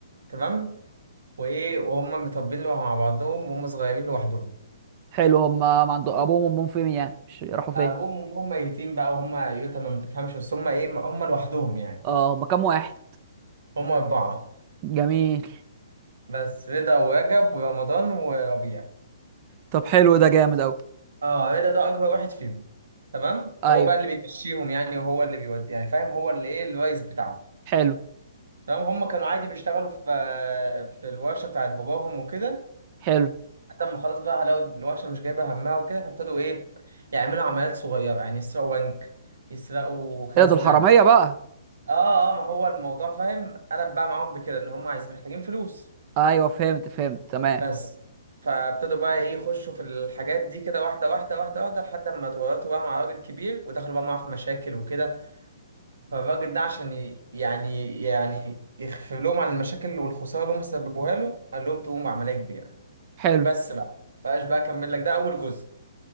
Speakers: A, on the right; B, on the right.
A: تمام وايه وهم متربيين مع بعضهم وهم صغيرين لوحدهم
B: حلو هم ما عندهم ابوهم وامهم فين يعني مش راحوا فين
A: ابوهم وامهم ميتين بقى وهم يتامى ما تفهمش بس هم ايه هم لوحدهم يعني
B: اه هم كام واحد
A: هم اربعه
B: جميل
A: بس رضا ورجب ورمضان وربيع
B: طب حلو ده جامد اوي
A: اه رضا ده اكبر واحد فيهم تمام
B: ايوه
A: هو بقى اللي بيمشيهم يعني وهو اللي بيودي يعني فاهم هو اللي ايه الرئيس بتاعهم
B: حلو
A: تمام هم كانوا عادي بيشتغلوا في في الورشه بتاعت باباهم وكده
B: حلو
A: لحد ما خلاص بقى لقوا الورشه مش جايبه همها وكده فابتدوا ايه يعملوا عمليات صغيره يعني يسرقوا بنك يسرقوا خزنه
B: ايه ده الحراميه بقى
A: اه اه ما هو الموضوع فاهم قلب بقى معاهم بكده ان هم عايز محتاجين فلوس
B: ايوه فهمت فهمت تمام
A: بس فابتدوا بقى ايه يخشوا في الحاجات دي كده واحده واحده واحده واحده لحد ما اتورطوا بقى مع راجل كبير ودخلوا بقى معاه في مشاكل وكده فالراجل ده عشان ي- يعني يعني يخفي لهم عن المشاكل والخساره اللي هم سببوها له قال لهم تقوموا بعمليه كبيره
B: حلو
A: بس بقى بقاش بقى اكمل لك ده اول جزء